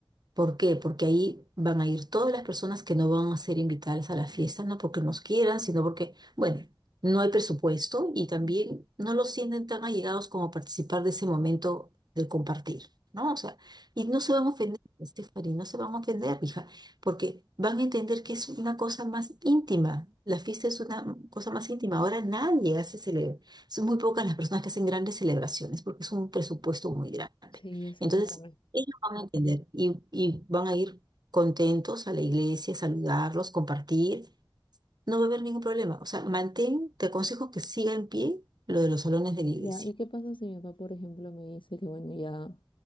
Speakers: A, on the right (about 55°); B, on the left (about 80°).
A: ¿Por qué? Porque ahí van a ir todas las personas que no van a ser invitadas a la fiesta, no porque nos quieran, sino porque, bueno, no hay presupuesto y también no los sienten tan allegados como participar de ese momento del compartir, ¿no? O sea, y no se van a ofender, Stephanie, no se van a ofender, hija, porque van a entender que es una cosa más íntima. La fiesta es una cosa más íntima. Ahora nadie hace celebrar. Son muy pocas las personas que hacen grandes celebraciones porque es un presupuesto muy grande.
B: Sí, es
A: Entonces,
B: enorme.
A: ellos van a entender y, y van a ir contentos a la iglesia, saludarlos, compartir. No va a haber ningún problema. O sea, mantén, te aconsejo que siga en pie lo de los salones de la iglesia.
B: Ya, ¿y qué pasa si mi papá, por ejemplo, me dice que bueno, ya,